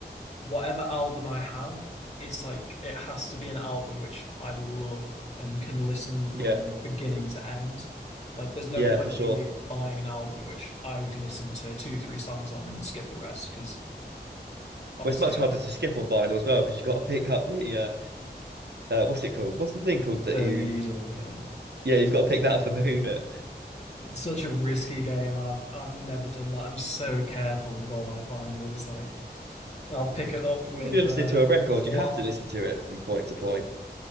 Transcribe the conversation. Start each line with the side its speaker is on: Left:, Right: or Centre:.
Left: whatever album I have, it's like it has to be an album which I love and can listen from
Right: Yeah,
Left: beginning to end. Like there's no
Right: yeah,
Left: point
Right: for sure.
Left: in me buying an album which I would listen to two, three songs on and skip the rest because obviously
Right: Well, it's much
Left: uh
Right: harder to skip on vinyl as well because you've got to pick up the uh, uh, what's it called? What's the thing called that
Left: the
Right: you?
Left: needle, yeah.
Right: Yeah, you've got to pick that up and move it.
Left: such a risky game. I've I've never done that. I'm so careful with all my vinyls. Like I'll pick it up
Right: I think
Left: with
Right: if you're listening
Left: uh
Right: to a record,
Left: with cloth.
Right: you have to listen to it from point to point.